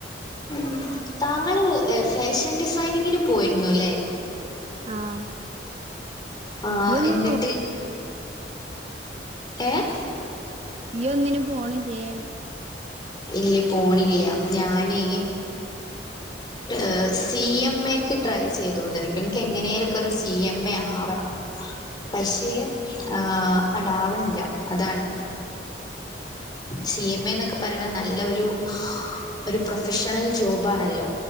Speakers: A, on the left; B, on the right.
A: മ് താങ്ങള് ഏഹ് ഫാഷൻ ഡിസൈനിങ്ങിന് പോയിരുന്നുയെല്ലേ
B: ആഹ്
A: ആഹ്
B: ഇയ്യൊന്നും
A: എന്നിട്ട്
B: പോ
A: ഏഹ്
B: ഈ ഒന്നിനും പോണില്ലേന്ന്
A: ഇല്ല്യ പോണില്ല്യ ഞാനെ ഏഹ് സി എം എക്ക് ട്രൈ ചെയ്തോണ്ട് നിക്ക്ണ് എനിക്ക് എങ്ങേലെ ഒക്കെരു സി എം എ ആവണം പഷേ ആഹ് അങ്ങടെ ആവണില്ല അതാണ് സി എം എ എന്നൊക്കെ പറയണെ നല്ലൊരു ഒരു പ്രൊഫഷണൽ ജോബാണല്ലോ